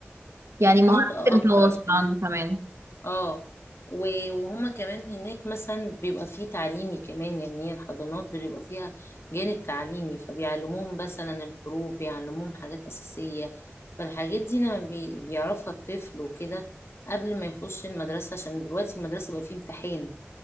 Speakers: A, on the right (about 85°); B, on the left (about 70°).
A: يعني
B: النطق
A: مهارات
B: اكتر
A: التواصل
B: الح-
A: عنده كمان
B: اه و- وهما كمان هناك مثلا بيبقى فيه تعليمي كمان يعني هي الحضانات بيبقى فيها جانب تعليمي فبيعلموهم مثلا الحروف بيعلموهم حاجات أساسية فالحاجات دي لما بي- بيعرفها الطفل وكده قبل ما يخش المدرسة عشان دلوقتي المدرسة بقى فيه امتحان